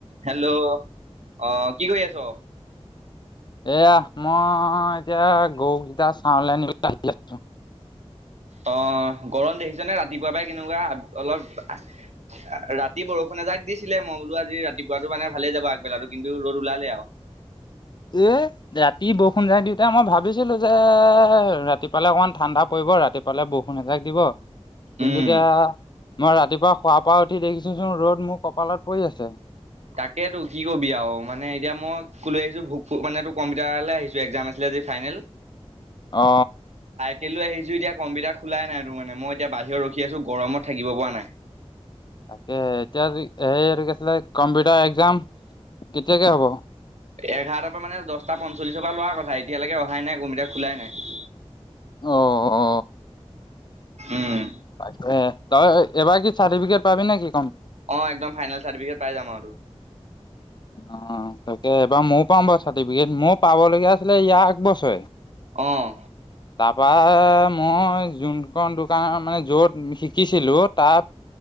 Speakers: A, on the right; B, on the left.
A: Hello অহ কি কৰি আছ? <inaudible>
B: এয়া মই এতিয়া গৰুকেইটা চাহলে আনিব আহি আছোঁ।
A: অ গৰম দেখিছনে ৰাতিপুৱা পাই কেনেকুৱা অলপ। ৰাতি বৰষুণ এযাক দিছিলে মই বোলো আজি ৰাতিপুৱাটো মানে ভালে যাব আগবেলাটো কিন্তু ৰ'দ ওলালে আৰু
B: এ ৰাতি বহ যোন যাই দিউতাই মই ভাবিছিলো যে ৰাতিপুৱালে অকনমান ঠাণ্ডা পৰিব ৰাতিপুৱালে বৰষুণ এজাক দিব। কিন্তু
A: উম
B: এতিয়া মই ৰাতিপুৱা শুৱ পৰা উঠি দেখিছোচোন ৰ'দ মোৰ কপালত পৰি আছে।
A: তাকে টো কি কবি আৰু মানে এতিয়া মই ক লৈ আহিছো ভোক মানে তোৰ কম্পিউটাৰলে আহিছো এক্জাম আছিলে। আজি ফাইনেল।
B: অ।
A: কেলৈ আহিছো এতিয়া কম্পিউটাৰ খোলাই নাই তোৰ মানে মই এতিয়া বাহিৰত ৰখি আছো গৰমত থাকিব পৰা নাই।
B: তাকে এতিয়া সেইটো কি আছিলে কম্পিউটাৰ এক্জাম কেতিয়াকে হ'ব।
A: এঘাৰটাৰ পৰা মানে দহটা পঞ্চল্লিশৰ পৰা লোৱাৰ কথা এতিয়ালৈকে অহাই নাই কম্পিউটা খোলাই নাই।
B: অ অ
A: উম
B: তই এবাৰ কি চাৰ্টিফিকেট পাবি নেকি
A: অ একদম ফাইনেল চাৰ্টিফিকেট পাই যাম আৰু তোৰ
B: অ তাকে এইবাৰ মও পাম বাৰু চাৰ্টিফিকেট মোৰ পাব লগীয়া আছিলে ইয়াৰ একবছৰে,
A: আহ
B: তাৰপা মই যোনখন দোকানৰ মানে য'ত শিকিছিলো তাত